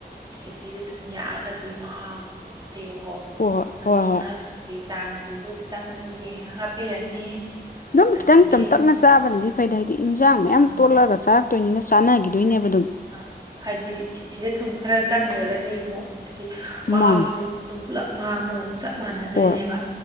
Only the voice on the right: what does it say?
ꯈꯦꯆꯁꯦ ꯊꯨꯝ ꯌꯥꯛꯑꯒꯗꯤ ꯃꯍꯥꯎꯇꯦꯕꯀꯣ
ꯑꯗꯨꯅ
ꯊꯨꯝꯒꯤ ꯆꯥꯡꯁꯤꯁꯨ ꯈꯤꯇꯪ ꯑꯗꯨꯝ ꯌꯦꯡꯉꯒ ꯍꯥꯞꯄꯤꯔꯅꯤ
ꯑꯗꯒꯤ
ꯑ, ꯎꯝ,
ꯑ ꯍꯥꯏꯗꯤ ꯈꯦꯆꯤꯗ ꯊꯨꯝ ꯈꯔ ꯀꯟꯈ꯭ꯔꯒꯗꯤ ꯑꯃꯨꯛ ꯑꯗꯤ ꯃꯍꯥꯎꯁꯦ
ꯑꯗꯨꯝ ꯄꯨꯂꯞ ꯃꯥꯡꯕꯒ ꯑꯗꯨꯝ ꯆꯞ ꯃꯥꯟꯅꯗꯣꯏꯅꯦꯕ